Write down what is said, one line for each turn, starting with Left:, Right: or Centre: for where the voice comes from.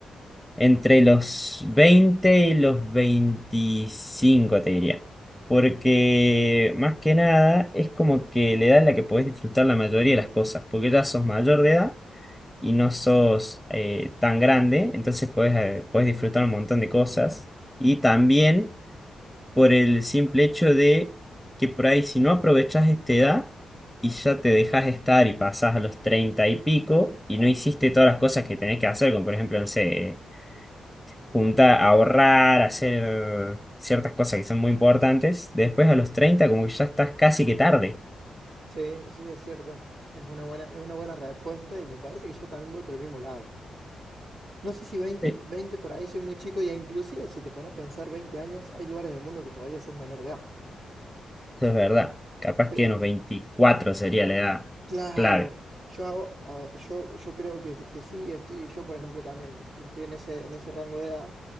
Centre: entre los 20 y los 25. te diría. Porque más que nada es como que la edad en la que podés disfrutar la mayoría de las cosas, porque ya sos mayor de edad y no sos eh, tan grande, entonces podés, eh, podés disfrutar un montón de cosas. Y también por el simple hecho de que por ahí si no aprovechás esta edad y ya te dejas estar y pasás a los 30 y pico y no hiciste todas las cosas que tenés que hacer, como por ejemplo, no sé, juntar, ahorrar, hacer ciertas cosas que son muy importantes, después a los 30 como que ya estás casi que tarde.
Right: Sí, sí, es cierto. Es una buena, es una buena respuesta y me parece que yo también voy por el mismo lado. No sé si veinte
Centre: Sí.
Right: veinte por ahí soy muy chico y inclusive si te pones a pensar 20 años, hay lugares del mundo que todavía sos menor de edad.
Centre: Eso es verdad. Capaz
Right: Pe-
Centre: que en los 24 sería la edad
Right: claro,
Centre: clave.
Right: yo hago, ah, yo, yo creo que, que sí, estoy, yo por ejemplo también estoy en ese, en ese rango de edad